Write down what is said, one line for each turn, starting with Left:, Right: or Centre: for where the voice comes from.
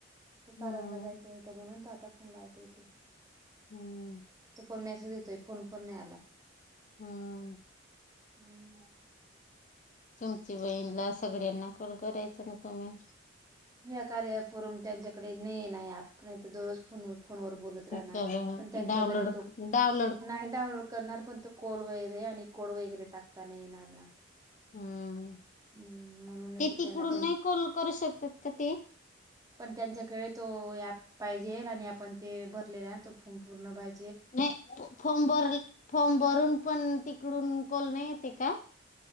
Right: ते
Left: हम्म
Right: कारांला जायचं होतं म्हणून तो आता फोन लावता येथे
Left: हम्म
Right: फोन मेसेज देतोय फोन प नाही आला
Left: हम्म
Right: हो
Left: तुमची बहीणला सगळ्यांना कल करायच ना तुम्ही
Right: या कार्या करून त्यांच्याकडे नाही नाही आपण तर दररोज फोन फोनवर बोलत राहणार
Left: तर
Right: पण त्यांच्याकडे
Left: डाउनलोड
Right: तो
Left: डाउनलोड
Right: नाही डाउनलोड करणार पण त कोल वगैरे आणि कोड वगैरे टाकताना येणारना
Left: हम्म
Right: हम्म म्हणून येतो
Left: ते तिकडून
Right: त्यांना पण
Left: नाही कॉल करू शकतात का ते?
Right: पण त्यांच्याकडे तो पाहिजे आणि आपण ते भरलेल्या संपूण बाय
Left: नाही फॉर्म भर फॉर्म भरून पण तिकडून कोोल नाही येते का